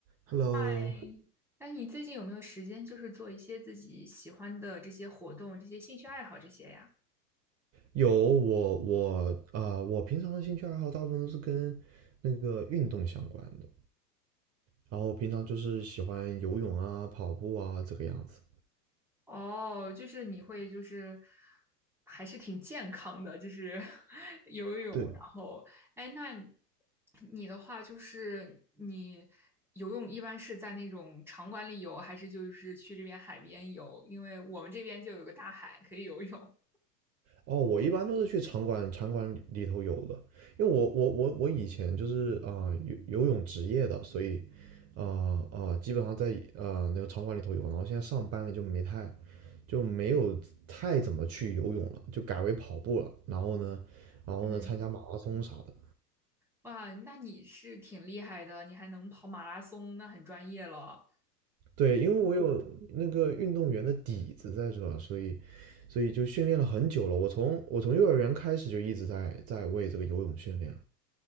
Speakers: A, on the right (about 30°); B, in the centre.
A: Hello，
B: 嗨，哎，你最近有没有时间，就是做一些自己喜欢的这些活动、这些兴趣爱好这些呀？
A: 有我我啊、呃我平常的兴趣爱好大部分都是跟那个运动相关的，然后平常就是喜欢游泳啊、跑步啊这个样子。
B: 哦，就是你会就是还是挺健康的，就是 <laughs> 游泳，
A: 对，
B: 然后哎，那你的话就是你游泳一般是在那种场馆里游，还是就是去这边海边游？因为我们这边就有个大海可以游泳。
A: 哦，我一般都是去场馆场馆里里头游的，因为我我我我以前就是啊、游游泳职业的，所以啊啊、基本上在啊、那个场馆里头游，然后现在上班了就没太就没有太怎么去游泳了，就改为跑步了，然后呢，然后呢参加马拉松啥的。
B: 嗯，哇，那你是挺厉害的，你还能跑马拉松，那很专业了。
A: 对，因为我有那个运动员的底子在这，所以，所以就训练了很久了。我从我从幼儿园开始就一直在在为这个游泳训练。